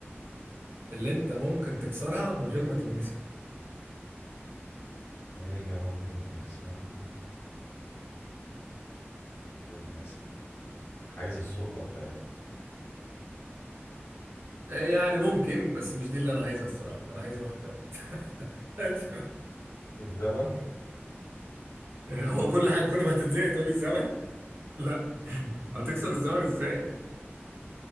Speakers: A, on the right; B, on the left.
A: اللي انت ممكن تكسرها من غير ما تلمسها
B: حاجة ممكن تكسرها غير ما تلمسها حاجز الصوت ولا إيه
A: يعني ممكن بس مش دي اللي انا عايزها الصراحه انا عايز واحد تاني <laughs>
B: الزمن
A: هو كل حاجه كل ما هتتزنق تقول لي الزمن <laughs> لا هتكسر الزمن ازاي